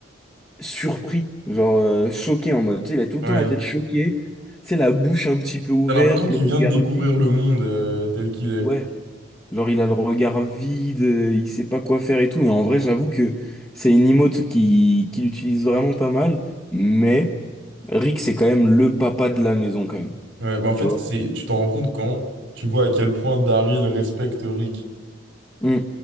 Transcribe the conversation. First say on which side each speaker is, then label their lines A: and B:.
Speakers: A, on the left (about 15°); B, on the right (about 80°).
A: surpris, genre euh, choqué en mode, tu sais, il a tout le
B: Ouais.
A: temps la tête choquée, tu sais, la bouche un petit peu ouverte,
B: T'as l'impression qu'il
A: le
B: vient
A: regard
B: de découvrir
A: vide.
B: le monde euh, tel qu'il est.
A: Ouais, genre il a le regard vide, euh, il sait pas quoi faire et tout. Et en vrai, j'avoue que c'est une emote qui, qui l'utilise vraiment pas mal, mais Rick, c'est quand même le papa de la maison, quand même.
B: Ouais, bah en fait,
A: tu vois
B: c'est, tu t'en rends compte quand tu vois à quel point Daryl respecte Rick.
A: Mm.